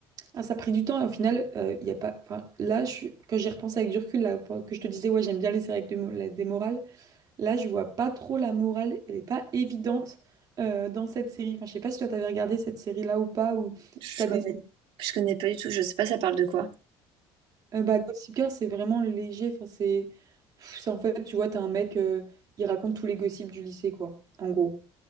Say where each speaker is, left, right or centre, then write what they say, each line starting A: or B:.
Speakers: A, on the right (about 40°); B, on the right (about 70°).
A: Ah, ça a pris du temps et au final euh, il y a pas enfin là je suis- quand j'y repense avec du recul là, que je te disais ouais, j'aime bien les séries avec des mo- la- des morales Là, je vois pas trop la morale, elle est pas évidente euh, dans cette série. Enfin, je sais pas si toi t'avais regardé cette série-là ou pas, ou
B: Je
A: si t'as
B: connais,
A: des...
B: je connais pas du tout. Je sais pas, ça parle de quoi.
A: Euh, bah, Gossip Girl, c'est vraiment léger. Enfin, c'est... pff, c'est en fait, tu vois, t'as un mec, euh, il raconte tous les gossips du lycée, quoi, en gros.